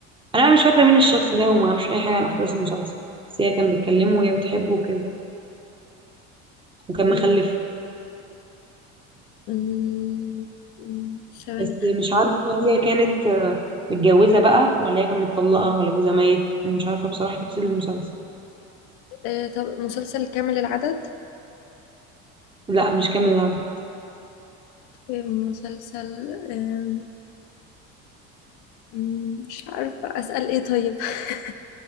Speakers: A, on the right; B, on the left.
A: انا بقى مش فاكره مين الشخص ده وما اعرفش اي حاجه عن احداث المسلسل بس هي كان بتكلمه وهي بتحبه وكده وكان
B: أم،
A: مخلفه
B: أم، أم، ثواني
A: بس مش عارفه هي كانت آه، متجوزه بقى ولا هي كانت مطلقه ولا جوزها ميت انا مش عارفه بصراحه تفاصيل المسلسل
B: أه، طب مسلسل كامل العدد
A: لا مش كامل العدد
B: أم، مسلسل أم، أم، مش عارفه اسال ايه طيب <laughs>